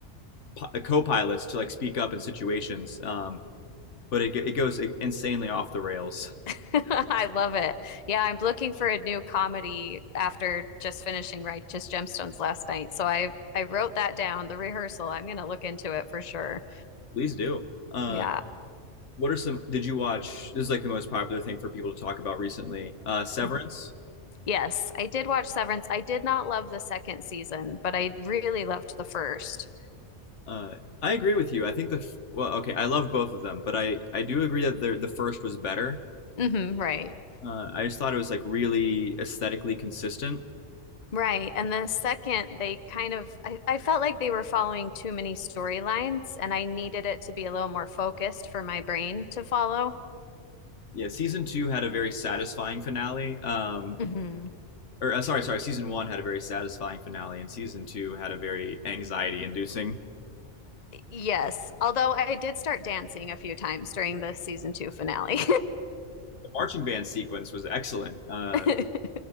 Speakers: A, on the left; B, on the left.
A: pi- uh, co-pilots to like speak up in situations. Um, but it it goes insanely off the rails.
B: <laughs> I love it. Yeah, I'm looking for a new comedy after just finishing Righteous Gemstones last night. So I I wrote that down, the rehearsal. I'm going to look into it for sure.
A: Please do. Uh,
B: Yeah.
A: what are some? Did you watch? This is like the most popular thing for people to talk about recently. Uh, Severance.
B: Mhm. Yes, I did watch Severance. I did not love the second season, but I really loved the 1st
A: Uh, I agree with you. I think the f- well, okay, I loved both of them, but I I do agree that the the first was better.
B: Mm-hmm, right.
A: Uh, I just thought it was like really aesthetically consistent
B: Right. And the second, they kind of, I, I felt like they were following too many storylines, and I needed it to be a little more focused for my brain to follow.
A: Yeah, season two had a very satisfying finale. Um,
B: hmm
A: or uh, sorry, sorry, season one had a very satisfying finale, and season two had a very anxiety-inducing.
B: Yes. Although I did start dancing a few times during the season two finale.
A: The marching band sequence was excellent, uh,
B: <laughs>